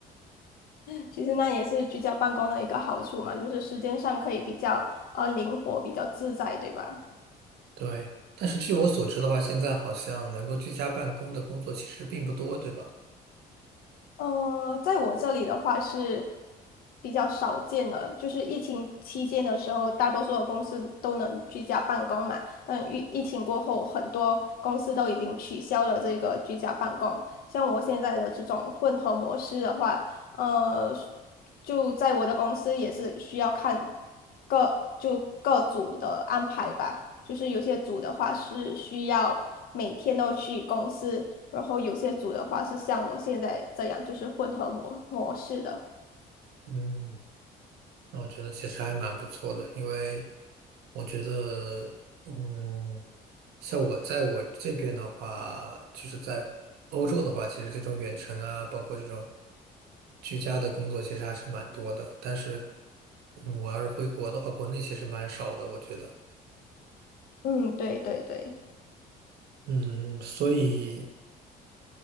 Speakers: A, on the left (about 60°); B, on the right (about 75°).
A: <laughs> 其实那也是居家办公的一个好处嘛，就是时间上可以比较呃灵活，比较自在，对吧？
B: 对，但是据我所知的话，现在好像能够居家办公的工作其实并不多，对吧？
A: 呃，在我这里的话是比较少见的，就是疫情期间的时候，大多数的公司都能居家办公嘛。但疫疫情过后，很多公司都已经取消了这个居家办公。像我现在的这种混合模式的话，呃，就在我的公司也是需要看各就各组的安排吧。就是有些组的话是需要每天都去公司。然后有些组的话是像我现在这样，就是混合模模式的。
B: 嗯。那我觉得其实还蛮不错的，因为我觉得，嗯，像我在我这边的话，就是在欧洲的话，其实这种远程啊，包括这种居家的工作，其实还是蛮多的。但是，嗯，我要是回国的话，国内其实蛮少的，我觉得。
A: 嗯，对对对，
B: 嗯，所以